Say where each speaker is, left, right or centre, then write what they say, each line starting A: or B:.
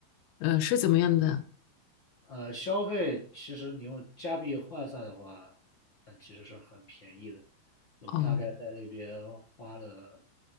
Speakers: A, on the left; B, on the left.
A: 呃，是怎么样的？
B: 呃，消费其实你用加币换算的话，那其实是很便宜的。我大概在那边花了
A: 哦